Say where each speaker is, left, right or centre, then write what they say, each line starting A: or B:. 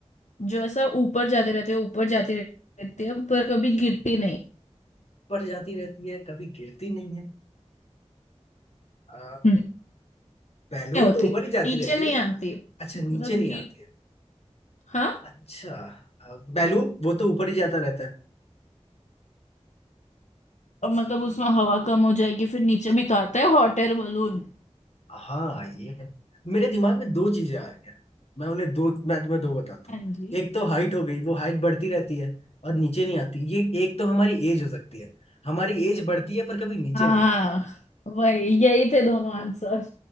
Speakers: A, on the left; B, on the left.
A: जो ऐसा ऊपर जाती रहती है ऊपर जाती रहती है पर कभी गिरती नहीं
B: ऊपर जाती रहती है कभी गिरती नहीं है आ,
A: हम्म।
B: बैलून
A: नहीं होती
B: तो ऊपर ही जाती
A: नीचे
B: रहती
A: नहीं
B: है
A: आती मतलब
B: अच्छा नीचे नहीं
A: गिर
B: आती है
A: हाँ
B: अच्छा बैलून वो तो ऊपर ही जाता रहता है
A: और मतलब उसमें हवा कम हो जाएगी फिर नीचे भी तो आता है हॉट एयर बलून
B: हाँ ये है मेरे दिमाग में दो चीजें आ रही हैं मैं उन्हें दो मैं तुम्हें दो बताता
A: हाँ
B: हूँ
A: जी
B: एक तो हाइट हो गई वो हाइट बढ़ती रहती है और नीचे नहीं आती ये एक तो हमारी एज हो सकती है हमारी एज बढ़ती है पर कभी नीचे
A: हाँ
B: नहीं आती
A: वही यही थे दोनों आंसर